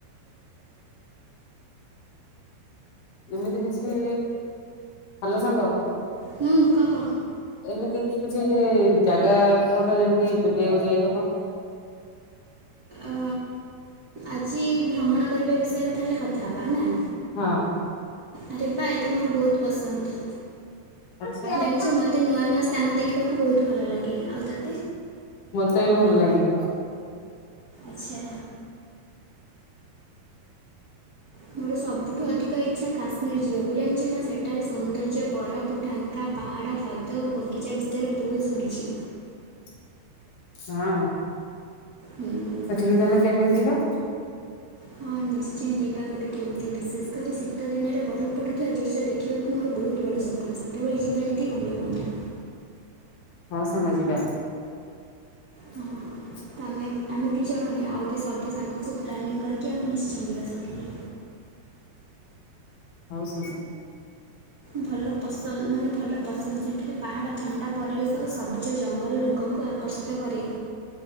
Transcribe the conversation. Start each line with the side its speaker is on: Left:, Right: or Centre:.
Left: ଏମିତି କିଛି ଭଲ ସାଙ୍ଗ
Right: ହୁଁ କହ
Left: ଏମିତି କିଛି ଜାଗା କୁହ ତ ଯେମିତି ବୁଲିବାକୁ ଯାଇହବ। <inaudible>
Right: ଅ, ଆଜି ଭ୍ରମଣ କରିବା ବିଷୟରେ ତାହେଲେ କଥା ହେବା। ନା?
Left: ହଁ
Right: ଆରେ ବା ଏତ ମୋର ବହୁତ ପସନ୍ଦ।
Left: ଆଚ୍ଛା
Right: ଜାଣିଛ ମତେ ନୂଆ ନୂଆ ସ୍ଥାନ ଦେଖିବାକୁ ବହୁତ ଭଲ ଲାଗେ। ଆଉ ତ
Left: ମତେ ବି ଭଲ ଲାଗେ।
Right: ଆଚ୍ଛା ମୋର ସବୁଠୁ ଅଧିକ ଇଛା କାଶ୍ମୀର ଯିବାକୁ। ଜାଣିଛ ନା ସେଠାରେ ସୌନ୍ଦର୍ଯ୍ୟ ବରଫ ଢାଙ୍କା ପାହାଡ ହ୍ରଦ ଓ ବଗିଚା ବିଷୟରେ ବହୁତ ଶୁଣିଛି।
Left: <inaudible> ହଁ
Right: ହୁଁ
Left: ସେଠିକି ତାହେଲେ କେମିତି ଯିବେ? <inaudible>
Right: ହଁ ନିଶ୍ଚୟ ଯିବା ଗୋଟେ କେମିତି ବିଶେଷ କରି ଶୀତ ଦିନରେ ବରଫ ପଡ଼ୁଥିବା ଦୃଶ୍ୟ ଦେଖିବାକୁ ମୋର ବହୁତ ବଡ଼ ଶକ୍ତି। ଆପଣ ସେତେବେଳେ ଯିବେ ଯଦି ଭଲ ହୁଅନ୍ତା।
Left: ହଉ ସମସ୍ତେ ଯିବା। <inaudible>
Right: ହଁ ତ ଆମେ ଆମେ ଦି ଜଣ ହେଲେ ଆଉ ବି ସବୁ ସାଙ୍ଗକୁ ପ୍ଲାନିଂ କରିକି ଆମେ ନିଶ୍ଚୟ ଯିବା ସେଠିକି।
Left: <inaudible> ହଉ ସାଙ୍ଗ।
Right: ଭଲ ପସନ୍ଦ ମାନେ ଭଲ ପସନ୍ଦ ସେଠାରେ ପାହାଡ଼ ଥଣ୍ଡା ପରିବେଶ ଆଉ ସବୁଜ ଜଙ୍ଗଲ ଲୋକଙ୍କୁ ଆକର୍ଷିତ କରେ।